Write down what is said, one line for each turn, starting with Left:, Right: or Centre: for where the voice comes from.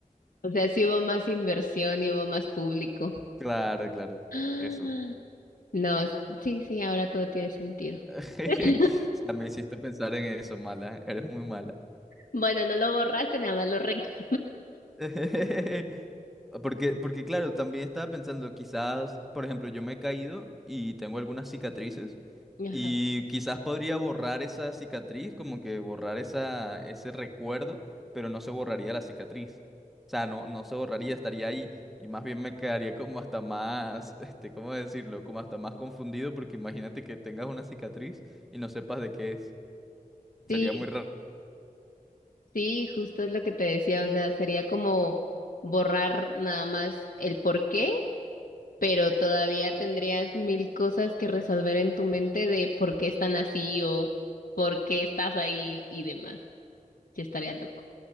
Left: o sea, sí hubo más inversión y hubo más público. <gasps>
Centre: claro, claro,
Left: Ah,
Centre: eso.
Left: No, sí, sí, ahora todo tiene sentido.
Centre: <laughs> O
Left: <laughs>
Centre: sea, me hiciste pensar en eso, mala, eres muy mala.
Left: Bueno, no lo borraste, nada más lo <laughs> recuerdas.
Centre: <laughs> Porque, porque claro, también estaba pensando, quizás, por ejemplo, yo me he caído y tengo algunas cicatrices
Left: Ajá.
Centre: y quizás podría borrar esa cicatriz, como que borrar esa, ese recuerdo, pero no se borraría la cicatriz. O sea, no, no se borraría, estaría ahí y más bien me quedaría como hasta más, <laughs> este, ¿cómo decirlo? Como hasta más confundido porque imagínate que tengas una cicatriz y no sepas de qué es.
Left: Sí,
Centre: Sería muy raro.
Left: sí, justo es lo que te decía, o sea, sería como borrar nada más el por qué, pero todavía tendrías mil cosas que resolver en tu mente de por qué están así o por qué estás ahí y demás. Sí, estaría loco.